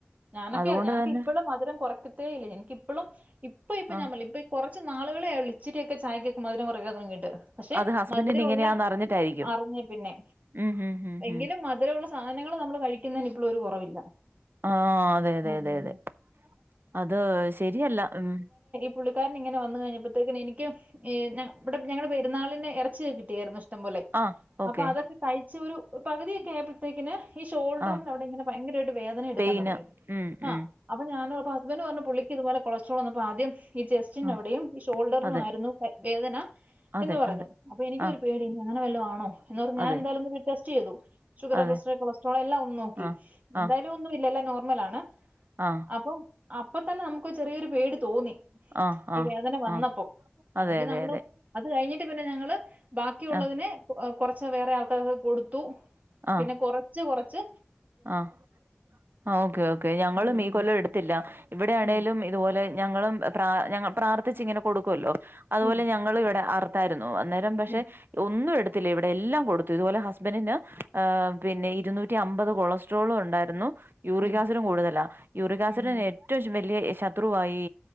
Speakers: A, on the right; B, on the right.
A: ഞാനൊക്കെയ
B: അതുകൊണ്ട്
A: ഞാനൊക്കെ
B: തന്നെ
A: ഇപ്പോഴും മധുരം കുറയ്ക്കത്തേ ഇല്ല എനിക്കിപ്പഴും ഇപ്പോ ഇപ്പ
B: ആഹ്
A: ഞൻ ഇപ്പ ഈ കുറച്ച് നാളെ ആള്ളൂ ഇചിരോക്ക ചായയ്ക്ക മധുരം കുറക്കാൻ തുടങ്ങീട്ട്. പക്ഷെ
B: അത് ഹസ്ബൻഡിന്
A: മധുര
B: ഇങ്ങനെയാന്ന്
A: ഉള്ള
B: അറിഞ്ഞിട്ടായിരിക്കും.
A: അറിഞ്ഞ പിന്നെ
B: ഉം ഉം ഉം
A: എങ്കിലും
B: ഉം
A: മധുരമുള്ള സാധനങ്ങൾ നമ്മള് കഴിക്കുന്നതിന് ഇപ്പോളും ഒരു കുറവില്ല.
B: ആഹ് അതെ അതെ
A: ഉം.
B: അതെ അതെ അത് ശരിയല്ല ഉം
A: പുള്ളിക്കാരന് ഇങ്ങനെ വന്നു കഴിഞ്ഞപ്പോഴത്തേക്കക്ക് എനിക്ക് ഇവിടെ ഞങ്ങളേ പെരുന്നാളിന്റെ ഇറച്ചി കിട്ടിയായിരുന്നുേ ത്തം പോലെ
B: ആഹ് ഓക്കെ
A: അപ്പൊ അതൊക്കെ കഴിച്ച ഒരു പകുതിയൊക്കെയാ ക്കിന് ഈ ഷോൾഡറി
B: ആഹ്
A: അവിടെ ഇങ്ങനെ ഭയങ്കരമായിട്ട് വേദനയ എടുക്കാൻ
B: പെയിന്
A: തുടങ്ങി
B: ഉം
A: ആ
B: ഉം
A: അപ്പൊ ഞാൻ ഹസ്ബൻഡ് പറഞ്ഞു പുള്ളിക്ക് ഇതുപോല കൊളസ്ട്രോൾ വന്നപ്പോ ആദ്യം ഈ ചെസ്റ്റിനവിടെയും
B: ആഹ്
A: ഈ ഷോൾഡറിനു
B: അതെ
A: ആയിരുന്നു വേദന
B: അതെ
A: എന്ന് പറഞ്ഞു
B: അതെ
A: അപ്പ എനിക്കൊരു
B: ആഹ്
A: പേടി അങ്ങനെ വല്ലോം ആണോ ന്നോർത്ത്
B: അതെ
A: എന്തായാലു ടെസ്റ്റ് ചെയ്തു ഷുഗർ
B: അതെ
A: പ്രഷർ കൊളസ്ട്രോൾ എല്ലാം ഒന്നും നോക്കി
B: ആഹ്
A: എന്തായാലും
B: ആഹ്
A: ഒന്നും ഇല്ലല്ല നോർമൽ ആണ്.
B: ആഹ്
A: അപ്പം അപ്പൊ തന്നെ നമുക്ക് ചെറിയൊരു പേടി തോന്നി
B: ആഹ്
A: ഈ
B: ആഹ്
A: വേദന വന്നപ്പോ
B: ആഹ്
A: അല്ലെങ്കി
B: അതെ അതെ
A: നമ്മള്
B: അതെ
A: അത് കഴിഞ്ഞിട്ട് പിന്നെ ഞങ്ങള് ബാക്കിയുള്ളതിനെ
B: ആഹ്
A: കുറച്ച് വേറെ ആൾക്കാർക്ക് കൊടുത്തു.
B: ആഹ്
A: പിന്നെ കൊറച്ച് കൊറച്ച്
B: ആഹ് ആഹ് ഓക്കേ ഓക്കെ ഞങ്ങളും
A: ഉം
B: ഈ കൊല്ലം എടുത്ത് ത്തില്ല ഇവിടെയാണേങ്കലും
A: ഉം
B: ഇതുപോലെ ഞങ്ങളും ഞങ്ങൾ പ്രാർത്ഥിച്ച് ഇങ്ങനെ കൊടുക്കുമല്ലോ? അതുപോലെ
A: ഉം
B: ഞങ്ങള ഇവിടെ അർത്തായിരുന്നു അന്നേരം പക്ഷെ
A: ഉം
B: ഒന്നും എടുത്ത് ത്തില്ല ഇവിടെ എല്ലാം കൊടുത്തു ഇതുപോലെ ഹസ്ബന്റിന് പിന്നെ ഇരുന്നൂറ്റി അമ്പത് അമ്പത് കൊളസ്ട്രോളും ഉണ്ടായിരുന്നു യൂറിക്കാസിഡും
A: ഉം
B: കൂടുതല യൂറക്സിഡ
A: ഉം ഉം.
B: ഏറ്റവും വലിയ ശത്രുവായി